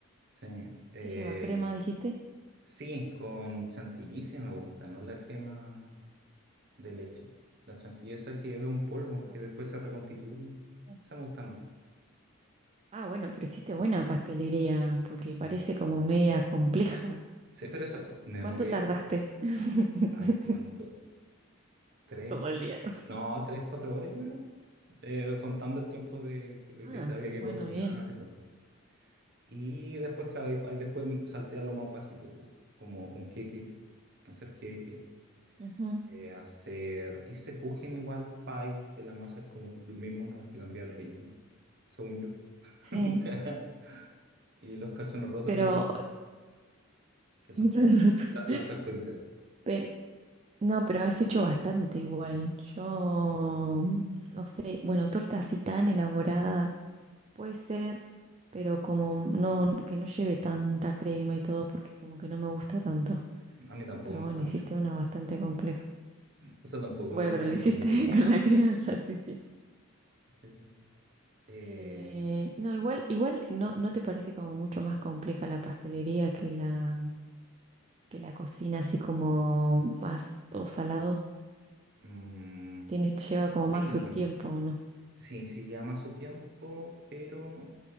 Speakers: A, on the right (about 50°); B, on the right (about 30°).
A: Sí, eh,
B: ¿Qué lleva? ¿Crema, dijiste?
A: sí, con chantilly sí me gusta, no la crema. de leche. La chantilly esa que es un polvo
B: Ajá,
A: que después se reconstituye.
B: sí.
A: Esa me gusta más.
B: Ah, bueno, pero hiciste buena pastelería, porque
A: Sí.
B: parece como media compleja.
A: Sí, pero esa p- me
B: ¿Cuánto
A: demoré.
B: tardaste? <laughs>
A: ah, Ay, ¿cuánto? ¿Tres?
B: Todo el día.
A: No, tres, cuatro horas yo creo. Eh, contando el tiempo de, que de
B: Ah,
A: que se había que
B: bueno,
A: cocinar
B: bien.
A: y todo. Y después, claro, ahí ahí después salté a lo más bajito, pu- como un queque, hacer queque,
B: Ujú.
A: eh, hacer... Hice kuchen igual, pie, que la masa es como lo mismo, no hay que cambiar el relleno, según yo. <laughs>
B: Sí,
A: Y los calzones rotos
B: pero,
A: que te decía, que son
B: <laughs>
A: como la- las fracturitas.
B: pero no, pero has hecho bastante igual. Yo no sé, bueno, torta así tan elaborada puede ser, pero como no, que no lleve tanta crema y todo, porque como que no me gusta tanto.
A: A mí tampoco
B: Pero
A: me
B: bueno,
A: gusta mucho.
B: hiciste una bastante compleja.
A: Eso tampoco
B: Bueno,
A: me gusta
B: pero la
A: mucho,
B: hiciste
A: es muy dulce.
B: <laughs> con la crema ya
A: Sí,
B: te hice.
A: sí, sí. Eh,
B: Eh, no, igual, igual no, no te parece como mucho más compleja la pastelería que la que la cocina así como más todo salado
A: mm,
B: tiene, lleva como más
A: sí,
B: su tiempo, ¿o no?
A: sí, sí llama su tiempo, pero